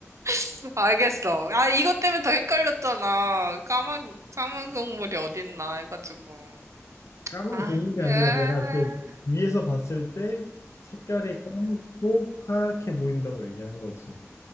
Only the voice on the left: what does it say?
까만
국물이
아니라 내가 이렇게 위에서 봤을 때 색깔이 까맣고 하얗게 보인다고 얘기한 거지.